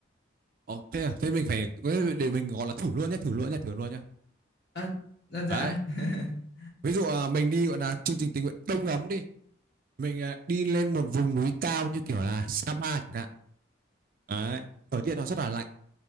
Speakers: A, on the right; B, on the left.
A: ồ, thế à, thế mình phải để mình gọi là thử luôn nhé thử luôn nhé thử luôn nhé
B: À, dạ. dạ.
A: đấy
B: <laughs>
A: ví dụ ờ, mình đi gọi là chương trình tình nguyện đông ấm đi mình ờ, đi lên một vùng núi cao như kiểu là Sapa chẳng hạn đấy thời tiết nó rất là lạnh